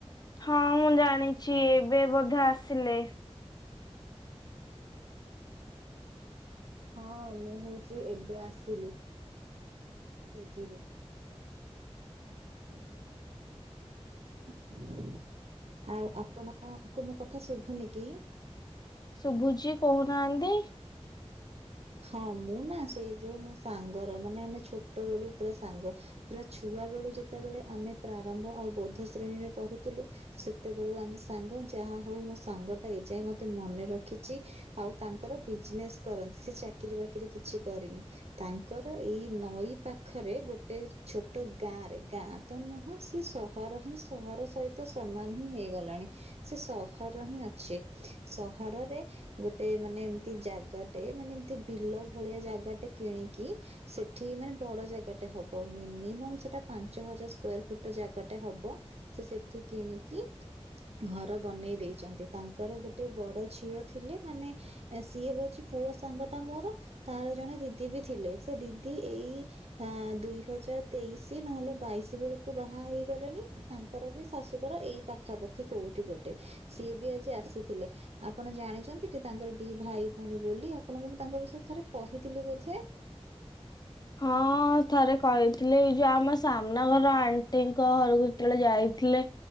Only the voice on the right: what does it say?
ହଁ ମୁଁ ହଉଛି ଏବେ ଆସିଲି। ଭୋଜିରୁ <inaudible> ଆଉ ଆପଣଙ୍କୁ ମୋ କଥା ଶୁଭୁନି କି?
ହଁ ମୁଁ ନା ସେ ଯୋଉ ମୋ ସାଙ୍ଗର ମାନେ ଆମେ ଛୋଟ ବେଳୁ ପୁରା ସାଙ୍ଗ ପୁରା ଛୁଆ ବେଳୁ ଯେତେବେଳେ ଆମେ ପ୍ରାରମ୍ଭ ଆଉ ବୌଦ୍ଧ ଶ୍ରେଣୀରେ ପଢୁଥିଲୁ ସେତେବେଳୁ ଆମେ ସାଙ୍ଗ ଯହା ହେଉ ମୋ ସାଙ୍ଗଟା ଏ ଯାଏଁ ମତେ ମନେ ରଖିଛି ଆଉ ତାଙ୍କର ବିଜ୍ନେସ କରନ୍ତି ସେ ଚାକିରି ବାକିରି କିଛି କରିନି ତାଙ୍କର ଏଇ ନଈ ପାଖରେ ଗୋଟେ ଛୋଟ ଗାଁ ରେ ଗାଁ ତ ନୁହଁ ସିଏ ସହର ହିଁ ସହର ସହିତ ସମାନ ହିଁ ହେଇଗଲାଣି। ସେ ସହର ହିଁ ଅଛି। ସହରରେ ଗୋଟେ ମାନେ ଏମତି ଜାଗା ଏ ମାନେ ଏମତି ବିଲ ଭଳିଆ ଜାଗାଟେ କିଣିକି ସେଠି ମାନେ ବଡ ଜାଗାଟେ ହବ ମି ମିନିମମ୍ ସେଟା ପାଞ୍ଚ ହଜାର ସ୍କ୍ୱାରପୁଟର ଜାଗାଟା ହବ ସେ ସେଠି କିଣିକି, ଘର ବନେଇ ଦେଇଛନ୍ତି ତାଙ୍କର ଗୋଟେ ବଡ ଝିଅ ଥିଲେ ମାନେ ସିଏ ହଉଛି ପୁଅ ସାଙ୍ଗ ଟା ମୋର ତାର ଜଣେ ଦିଦି ବି ଥିଲେ। ସେ ଦିଦି ଏଇ ଆ ଦୁଇ ହଜାର ତେଇଶି ନହେଲେ ବାଇଶି ବେଳ କୁ ବାହା ହେଇଗଲେଣି, ତାଙ୍କ ର ବି ଶାଶୁଘର ଏଇ ପାଖାପାଖି କୋଉଠି ଗୋଟେ ସିଏ ବି ଆଜି ଆସିଥିଲେ ଆପଣ ଜାଣିଚନ୍ତି। ତାଙ୍କର ଦି ଭାଇ ଭଉଣୀ ବୋଲି ଆପଣଙ୍କୁ ମୁଁ ତାଙ୍କ ବିଷୟରେ ଥରେ କହିଥିଲି ବୋଧେ!